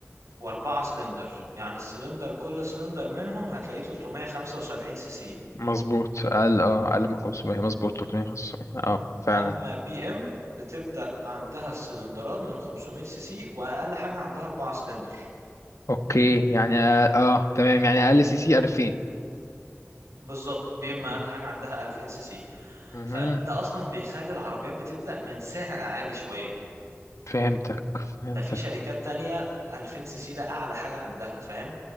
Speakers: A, on the right; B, on the left.
A: واربعة سلندر يعني السلندر كل سلندر منهم هتلاقيه 375 سي سي
B: مظبوط اقل اه اقل من 500 مظبوط 375 اه فعلا
A: اما بي ام بتبدأ عندها السلندرات من 500 سي سي واقل حاجه عندها اربعة سلندر
B: اوكي يعني اه آه، تمام يعني اقل سي سي 2000
A: بالظبط بي ام
B: مهم.
A: اقل حاجه عندها 2000 سي سي
B: مهم.
A: فده اصلا بيخلي العربيات بتبدا من سعر عالي شويه
B: فهمتك فهمتك
A: ده في شركات تانية 2000 سي سي ده اعلى حاجه عندها فاهم